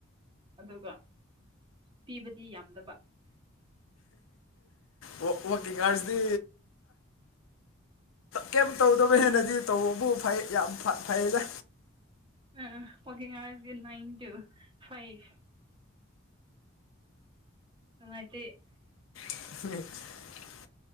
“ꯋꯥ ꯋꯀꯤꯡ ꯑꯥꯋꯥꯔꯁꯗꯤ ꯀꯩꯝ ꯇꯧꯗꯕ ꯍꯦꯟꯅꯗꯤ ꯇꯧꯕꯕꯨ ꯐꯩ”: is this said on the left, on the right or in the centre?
Left